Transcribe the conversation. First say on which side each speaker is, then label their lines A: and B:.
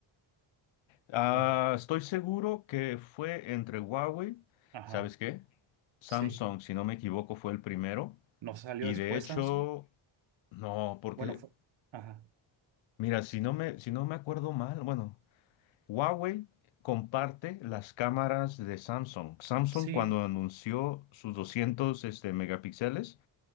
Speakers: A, on the left (about 70°); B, on the right (about 65°).
A: Ah,
B: No, re-
A: estoy seguro que fue entre Huawei,
B: ajá,
A: ¿sabes qué? Samsung,
B: sí.
A: si no me equivoco, fue el primero.
B: ¿No salió
A: Y
B: después
A: de hecho,
B: Samsung?
A: no, porque,
B: Bueno, fue, ajá,
A: mira, si no me, si no me acuerdo mal, bueno, Huawei comparte las cámaras de Samsung. Samsung
B: sí,
A: cuando anunció sus 200, este, megapíxeles,